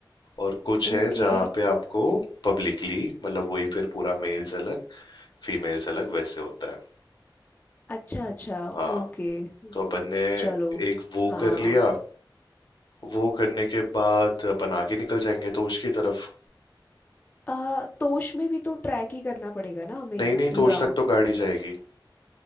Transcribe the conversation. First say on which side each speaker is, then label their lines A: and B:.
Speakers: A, on the left; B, on the left.
A: और कुछ
B: ओके
A: है जहाँ पे आपको पब्लिकली मतलब वही फिर पूरा मेल्स अलग फीमेल्स अलग वैसे होता है
B: अच्छा अच्छा
A: हाँ
B: ओके
A: तो अपन ने
B: चलो
A: एक वो
B: हाँ
A: कर लिया वो करने के बाद अपन आगे निकल जाएंगे तोश की तरफ
B: आ, तोश में भी तो ट्रैक ही करना पड़ेगा ना हमें
A: नहीं नहीं
B: पूरा
A: तोश तक तो गाड़ी जाएगी